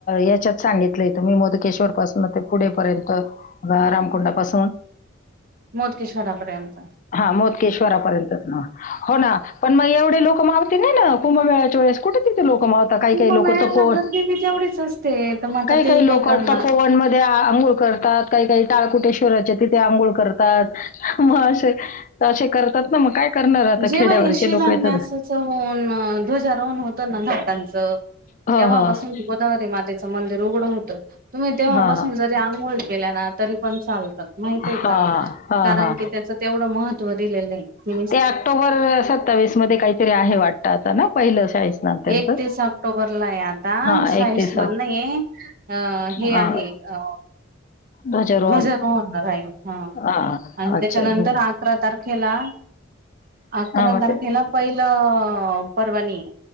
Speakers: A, on the left (about 40°); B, on the right (about 45°).
A: याच्यात सांगितलं त मी मोदकेश्वर पासून ते पुढपर्यंत रामकुंडापासून,
B: मोजकेश्वरा पर्यन्त,
A: हा मोकेश्वरापर्यंत ना हो ना! पण मग येव क लोक मावते नाही ना कुंभमेळच्या वेळेस कठे तिथे लोक काही
B: कुंभमेळ्याला
A: काही लोक तपोन
B: गर्दी बी तेवढीच असते तर मग आता
A: काही
B: ते
A: काही लोक
B: करणार.
A: तपोवन मध्ये आ आ अंघोळ करतात, काही काही टाळकुटेश्वराचे तिथे आंघोळ करतात, मग त शे करतात ना, मग काय करणार आता
B: जेव्हा
A: खेड्यावरचे
B: हे शिलान्यासाच
A: लोक येतात.
B: होऊन, ध्वजारोहण होतं ना घाटांच, त
A: हं
B: तेव्हापासून
A: हं
B: गोदावरी मातेचं मंदिर उघडं होतं. तुम्ही तेव्हापासून
A: हां हां
B: जरी आंघोळ गेल्या ना तरी पण चाल माहितय
A: हां
B: का
A: हां
B: कारण
A: हां
B: की त्याच तेवढं महत्त्व दिलेलं आहे. ति
A: ते ऑक्टोबर सत्तावीस मध्ये काहीतरी आहे वाटतं आता ना पहिलं स्नान त्यांचं
B: एकतीस ऑक्टोबरला आहे आता
A: हां
B: सायस्मान
A: एकतीस
B: नाही, अ
A: हां
B: हे आहे. अ
A: ध्वजारोहण
B: ध्वज रोहण न रा ही हा
A: हां
B: आणि
A: अच्छा
B: त्याच्यानंतर
A: ध्वज
B: अकरा तारखेला अकरा
A: हां मग
B: तारखेला
A: ते
B: पहिलं परवानी.